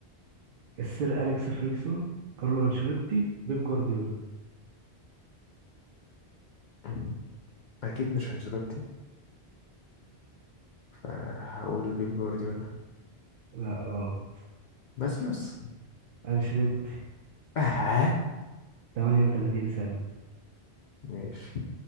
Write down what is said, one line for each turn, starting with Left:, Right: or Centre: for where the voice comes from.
Right: السير اليكس فريكسون كارلو انشيلوتي بيب جوارديولا
Left: مم. أكيد مش أنشيلوتي فهقول بيب جوارديولا
Right: لا غلط
Left: ماسيوس
Right: انشيلوتي
Left: اه
Right: 38 سنة
Left: ماشي